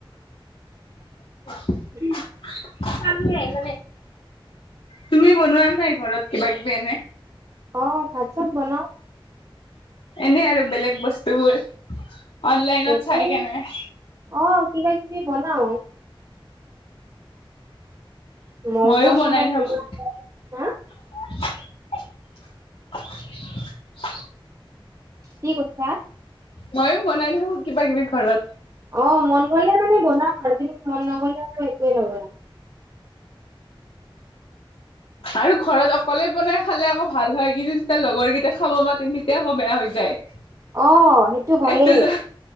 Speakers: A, on the left; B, on the right.
A: <unintelligible>
B: <unintelligible>
A: <unintelligible> তুমি বনোৱা নাই ঘৰত কিবা কিবি এনে
B: অ' ভাত চাত বনাও।
A: এনে আৰু বেলেগ বস্তুবোৰ অনলাইনত
B: এতে
A: চাই কেনে।
B: অ' কিবা কিবি বনাও। মম'
A: মইয়ো বনাই
B: চম' বনোৱা
A: থাকোঁ।
B: যায়। হা
A: <unintelligible> <unintelligible>
B: কি কৈছা?
A: মইয়ো বনাই থাকো কিবা কিবি ঘৰত।
B: অ' মন গলে মানে বনাম আৰু কিন্তু মন নগলে আৰু একোৱেই নবনাও।
A: আৰু ঘৰত অক অকলে বনাই খালে আকৌ ভাল হয়, কিন্তু যেতিয়া লগৰকেইটা খাব মাতিম তেতিয়া আকৌ বেয়া হৈ যায়।
B: অ সেইটো হয়েই
A: এইটো যা